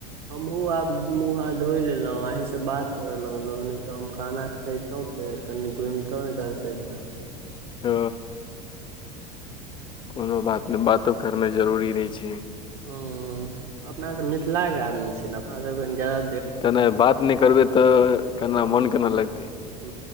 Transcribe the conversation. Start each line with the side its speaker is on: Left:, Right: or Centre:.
Right: हमहु आब मुह हाथ धो लेलहु आहेसे बात करे लगलो ने ते हम खाना एतहुँ फेर कनी घुमितहुँ इधर से इधर
Left: ओ कोनो बात नहि बातो करनाइ जरूरी रहै छै।
Right: हँ, अपनासभ मिथिलाके आदमी छैय ने अपनासभकेनि जदा
Left: तेना बात नहि करबै तऽ केना मोन केना लगतै।
Right: ह